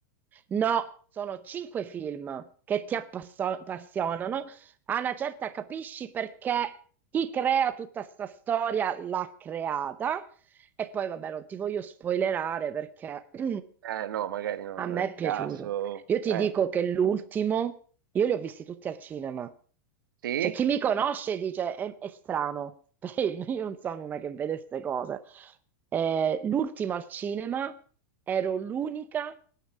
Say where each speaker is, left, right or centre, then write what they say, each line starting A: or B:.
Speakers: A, on the right; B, on the right.
A: No, sono cinque film che ti appasso- appassionano. A una certa capisci perché chi crea tutta sta storia l'ha creata. E poi, vabbè, non ti voglio spoilerare perché <clears throat>
B: Eh, no, magari no,
A: A me
B: nel
A: è piaciuto.
B: caso.
A: Io ti
B: Eh,
A: dico che l'ultimo, io li ho visti tutti al cinema.
B: sì?
A: Cioè, chi mi conosce dice è, è strano, <laughs> perché io non sono una che vede queste cose. Eh, l'ultimo al cinema ero l'unica